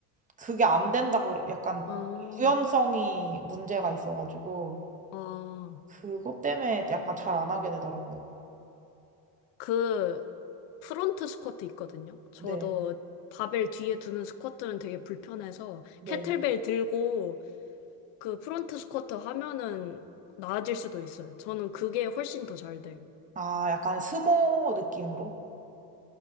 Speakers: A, on the right; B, on the left.
A: 그게 안 된다. 약간,
B: 아,
A: 유연성이 문제가 있어가지고.
B: 아,
A: 그것 때문에 약간 잘 안 하게 되더라고요.
B: 그 프론트 스쿼트 있거든요. 저도
A: 네,
B: 바벨 뒤에 두는 스쿼트는 되게 불편해서
A: 네.
B: 캐틀벨 들고 그 프론트 스쿼트 하면은 나아질 수도 있어요. 저는 그게 훨씬 더 잘 돼요.
A: 아, 약간 스모 느낌으로?